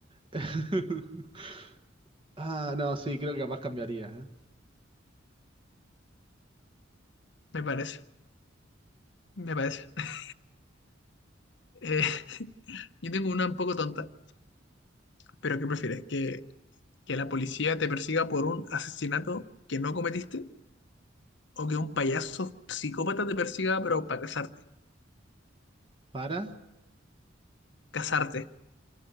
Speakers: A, on the right (about 25°); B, on the left (about 60°).
A: <laughs> Ah, no, sí, creo que capaz cambiaría, ¿eh?
B: me parece, me parece. <laughs> Eh, yo tengo una un poco tonta. ¿Pero qué prefieres? ¿Que, que la policía te persiga por un asesinato que no cometiste? ¿O que un payaso psicópata te persiga pero para casarte?
A: ¿Para?
B: Casarte.